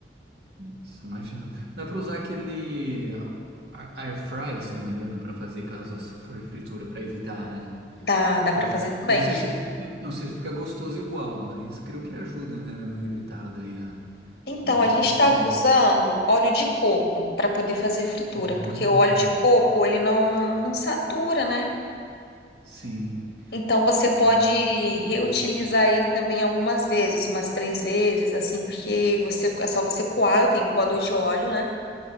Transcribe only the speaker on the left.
Dá, dá
para fazer também.
Então,
a gente estava usando óleo de coco para poder fazer fritura,
porque o óleo de coco, ele não, não satura, né?
Então, você pode
reutilizar ele também algumas vezes, umas três vezes, assim, porque você, é só você coar. Eu tenho coador de óleo, né?